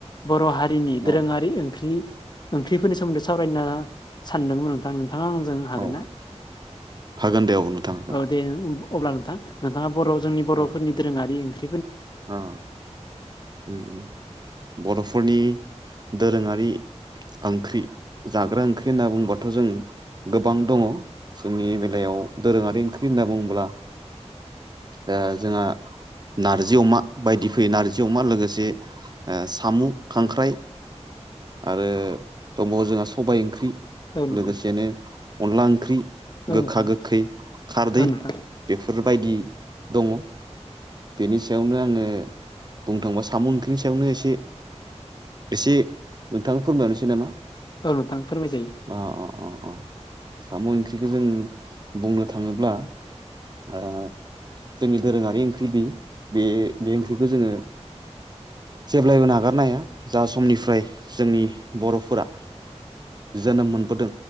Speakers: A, on the left; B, on the right.
A: बर' हारिनि दोरोङारि
B: औ
A: ओंख्रि ओंख्रिफोरनि सोमोनदै सावरायनो सानदोंमोन नोंथां नोंथाङा आंजों हागोन
B: औ
A: ना
B: हागोन दे औ नोंथां हागोन
A: औ दे अब्ला नोंथां नोंथाङा बर' जोंनि बर'फोरनि
B: औ
A: दोरोङारि ओंख्रि
B: अ उम उम बर'फोरनि दोरोङारि ओंख्रि जाग्रा ओंख्रि होनना बुंबाथ' जों गोबां दङ जोंनि बेलायाव दोरोङारि ओंख्रि होनना बुंबोला ओ जोंहा नारजि नारजि अमा बायदि फैयो नारजि अमा लोगोसे ओ सामु खांख्राइ आरो दंबावो जोंहा सबाय ओंख्रि
A: औ नोंथां
B: लोगोसेनो अनला ओंख्रि
A: औ
B: गोखा
A: नोंथां
B: गोखै खारदै
A: औ नोंथां
B: बेफोर बायदि दङ बेनि सायावनो आङो बुंनो थांबा सामु ओंख्रिनि सायावनो एसे एसे नोंथां फोरमायहरनोसै नामा
A: औ नोंथां फोरमायजायो
B: अ अ अ साम' ओंख्रिखो जों बुंनो थाङोब्ला ओ जोंनि दोरोङारि ओंख्रि बि बे बे ओंख्रिखौ जोङो जेब्लायबो नागारनो हाया जा समनिफ्राय जोंनि बर'फोरा जोनोम मोनबोदों